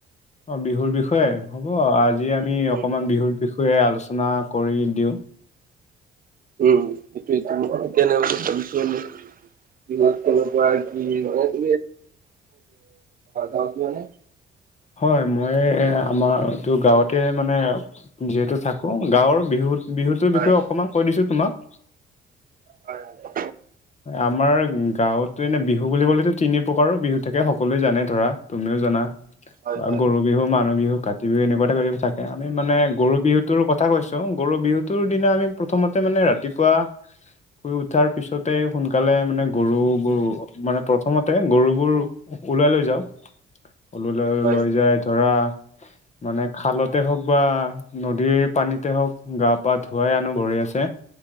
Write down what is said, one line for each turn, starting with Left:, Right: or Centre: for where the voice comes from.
Left: অঁ বিহুৰ বিষয়ে হ'ব আজি আমি
Right: উম
Left: অকণমান বিহুৰ বিষয়ে আলোচনা কৰি দিওঁ।
Right: উম সেইটোৱে <unintelligible> ভাবিছো। <inaudible> গা - গাঁৱত যোৱানে?
Left: হয় মই আমাৰ এইটো গাঁৱতে মানে যিহেতু থাকো গাঁৱৰ বিহুত বিহুটোৰ
Right: নে
Left: বিষয়ে অকণমান কৈ দিছো তোমাক।
Right: হয় হয়।
Left: আমাৰ গাঁৱতো এনে বিহু বুলি ক'লেতো তিনি প্ৰকাৰৰ বিহু থাকে সকলোৱে জানে ধৰা তুমিও জানা।
Right: হয়
Left: বা
Right: হয়
Left: গৰু বিহু মানুহ বিহু কাটি টিভি এনেকুৱাতে থাকে, আমি মানে গৰু বিহুটোৰ কথা কৈছোঁ গৰু বিহুটোৰ দিনা আমি প্ৰথমতে মানে ৰাতিপুৱা শুই উঠাৰ পিছ প্ৰথমতে সোনকালে মানে গৰুবোৰ মানে প্ৰথমতে গৰুবোৰ ওলাই লৈ যাওঁ। উলিয়ালৈ
Right: হয়
Left: যায় ধৰা। মানে খালতে হওঁক বা নদীৰ পানীতে হওক গা পা ধুৱাই আনো বহিয়াছে।